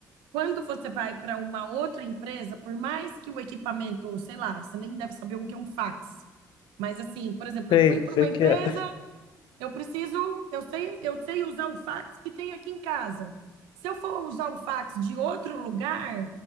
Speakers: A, on the right (about 85°); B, on the left (about 70°).
A: Quando você vai para uma outra empresa, por mais que o equipamento, sei lá, você nem deve saber o que é um fax. Mas assim, por exemplo,
B: sei,
A: eu fui para
B: sei
A: uma
B: que
A: empresa,
B: é.
A: eu preciso, eu sei, eu sei usar o fax que tem aqui em casa. Se eu for usar o fax de outro lugar,